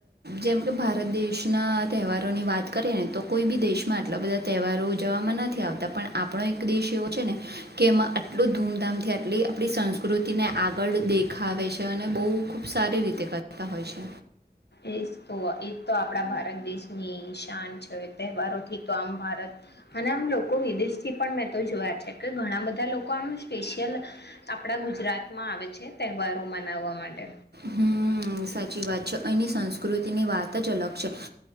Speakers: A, on the right (about 75°); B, on the left (about 80°).
A: જેમ કે ભારત દેશના તહેવારોની વાત કરીએ ને તો કોઈ બી દેશમાં આટલા બધા તહેવારો ઉજવવામાં નથી આવતા પણ આપણો એક દેશ એવો છે ને કે એમાં આટલું ધૂમધામથી આટલી આપણી સંસ્કૃતિને આગળ દે. ખાવે છે. બહુ ખૂબ સારી રીતે કરતા હોય છે.
B: એજ તો એજ તો આપણા ભારત દેશની શા છે તહેવારો ઠક તો આમ ભારત અને આમ લોકો વિદેશથી પણ મેં તો જોયા છે ઘણા બધા લોકો આમ સ્પેશિયલ આપણા ગુજરાતમાં આવે છે તહેવારો મનાવવા માટે
A: હ સાચી વાત છે અહીંની સંસ્કૃતિની વાત જ અલગ છે